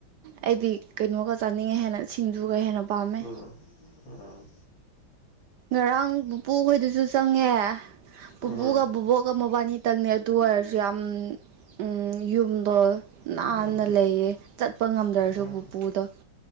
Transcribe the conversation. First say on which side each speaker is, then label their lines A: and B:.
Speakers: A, on the right; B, on the left.
A: ꯑꯩꯗꯤ ꯀꯩꯅꯣꯒ ꯆꯥꯅꯤꯡꯉꯦ ꯍꯦꯟꯅ ꯁꯤꯡꯖꯨꯒ ꯍꯦꯟꯅ ꯄꯥꯝꯃꯦ
B: ꯎꯝ ꯎꯝ
A: ꯉꯔꯥꯡ ꯄꯨꯄꯨꯈꯣꯏꯗꯨꯁꯨ ꯆꯪꯉꯦ ꯄꯨꯄꯨꯒ
B: ꯎꯝ
A: ꯕꯨꯕꯣꯛꯒ ꯃꯕꯥꯅꯤ ꯈꯤꯇꯪꯅꯤ ꯑꯗꯨ ꯑꯣꯏꯔꯖꯨ ꯌꯥꯝ ꯑꯝ ꯌꯨꯝꯗꯣ ꯅꯥꯟꯅ
B: ꯎꯝ
A: ꯂꯩꯌꯦ ꯆꯠꯄ ꯉꯝꯗ꯭ꯔꯁꯨ
B: ꯎꯝ
A: ꯄꯨꯄꯨꯗꯣ